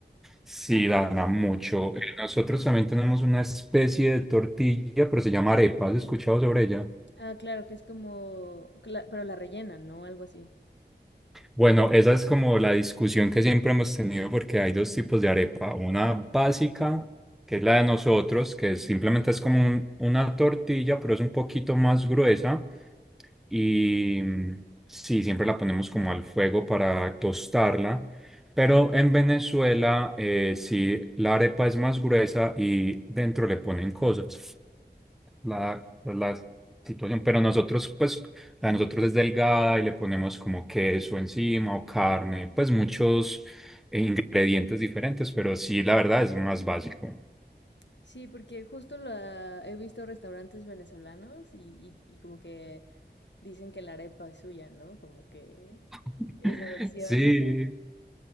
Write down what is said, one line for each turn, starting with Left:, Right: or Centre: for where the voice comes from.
Centre: Sí, Dana, mucho. Eh, Nosotros también tenemos una especie de tortilla, pero se llama arepa. ¿Has escuchado sobre ella?
Left: Ah, claro, que es como, cla- pero la rellenan, ¿no? Algo así.
Centre: Bueno, esa es como la discusión que siempre hemos tenido porque hay dos tipos de arepa. Una básica, que es la de nosotros, que simplemente es como un- una tortilla, pero es un poquito más gruesa. Y mm, sí, siempre la ponemos como al fuego para tostarla. Pero en Venezuela, eh, sí, la arepa es más gruesa y dentro le ponen cosas la, la situación, pero nosotros, pues, la de nosotros es delgada y le ponemos como queso encima o carne, pues muchos eh, ingredientes diferentes, pero sí, la verdad es más básico.
Left: Sí, porque justo la he visto restaurantes venezolanos y, y, y como que dicen que la arepa es suya, ¿no? Como que
Centre: <laughs>
Left: esa versión,
Centre: Sí,
Left: no sé.